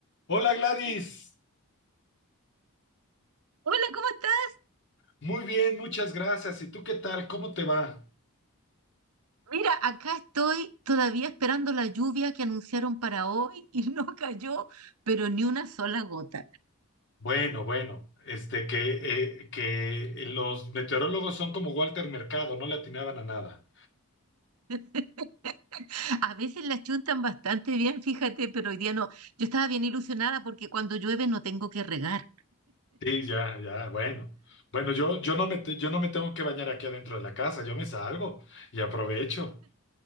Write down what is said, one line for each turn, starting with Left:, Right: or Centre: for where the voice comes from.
Left: Hola Gladys,
Right: Hola, ¿cómo estás?
Left: muy bien, muchas gracias. ¿Y tú qué tal? ¿Cómo te va?
Right: Mira, acá estoy todavía esperando la lluvia que anunciaron para hoy y <laughs> no cayó, pero ni una sola gota.
Left: Bueno, bueno, este que, eh, que los meteorólogos son como Walter Mercado, no le atinaban a nada.
Right: <laughs> A veces la chuntan bastante bien, fíjate, pero hoy día no. Yo estaba bien ilusionada porque cuando llueve no tengo que regar.
Left: Sí, ya, ya, bueno. Bueno, yo, yo no me, te- yo no me tengo que bañar aquí adentro de la casa, yo me salgo y aprovecho.